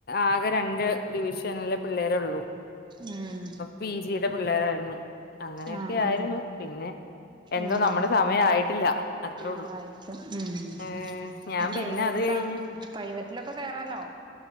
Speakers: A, on the left; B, on the right.
A: ആകെ രണ്ട് ഡിവിഷനിലെ പിള്ളേരെ ഉള്ളൂ
B: ഉം
A: പി ജിയുടെ പിള്ളേരായിരുന്നു അങ്ങനെയൊക്കെ
B: ആ
A: ആയിരുന്നു
B: ഉം
A: പിന്നെ എന്തോ
B: ഉം
A: നമ്മുടെ സമയം ആയിട്ടില്ല അത്രേയള്ളൂ
B: അതായിരിക്കും ഉം
A: ഏർ ഞാൻ
B: ഈ പ്രൈവറ്റ്
A: പിന്നെ അത് കഴിഞ്ഞ്
B: പ്രൈവറ്റിലൊക്കെ കയറലോ?